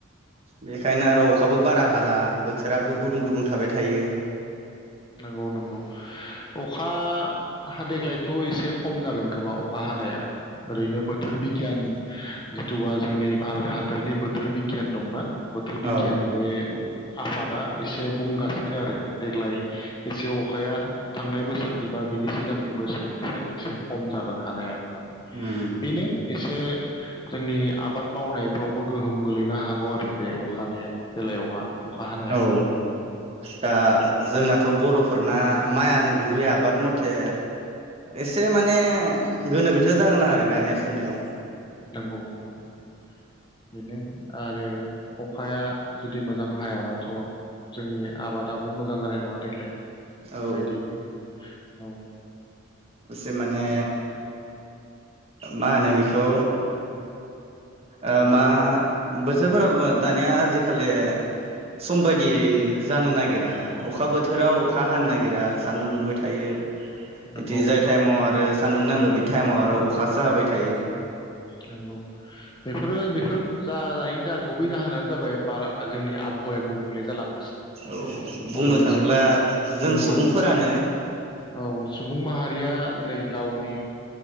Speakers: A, on the right (about 30°); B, on the left (about 20°).
A: बेखायनो आरो अखाबो बारा हाला बो बोथोराबो गुदुं गुदुं थाबाय थायो
B: नंगौ नंगौ अखा हा देग्लायथ' एसे खम जागोन खोमा अखा हानाया ओरैनो बोथोर बिगियान जिथुुबा जोंनि भारत हादरनि बोथोर बिगियान दंना बोथोर
A: औ
B: बिगान
A: औ
B: बे आफादा एसे बुंगासिनो आरो देग्लाय एसे अखाया थांनाय बोसोरनि बा बिनि सिगांनि बोसोरनिफ्राय एसे खम जागोन हानाया होननानै
A: उम
B: बेनो एसे जोंनि आबाद मावनायफ्रावबो गोहोम गोलैनो हागौ आरो बे अखानि बेलायावहा अखा हानाया
A: औ दा जोंना थ' बर'फोरना माइयानो गुबै आबाद मथे एसे माने गोनो गोथो जागोन आरो गायनाय फुनायाव
B: नंगौ बेनो आरो अखाया जुदि मोजां हायाबाथ' जोंनि आबादाबो मोजां जानाय नङा देग्लाय
A: औ
B: बेबायदियैनो औ
A: एसे माने मा होनो बेखौ ओ
B: नंगौ
A: मा बोथोरफोराबो दानिया आजिखालि सम बायदियै जानो नागिरा ना अखा बोथोराव अखा हानो नागिरा सान्दुं दुंबाय थायो
B: नंगौ
A: इदि जाय टाइमाव आरो सान्दुं नांगो बे टाइमाव आरो अखासो हाबाय थायो
B: नोंगौ बेफोरो बेफोर <unintelligible> जा गुबै जाहोनानो जाबाय बारा जोंनि आबहावाया गुबुंले जालांगासिनो
A: औ बुंनो
B: आरो
A: थाङोब्ला
B: जों
A: जों
B: नंगौ
A: सुबुंफोरानो
B: नंगौ औ सुबुं माहारिया नै गावनि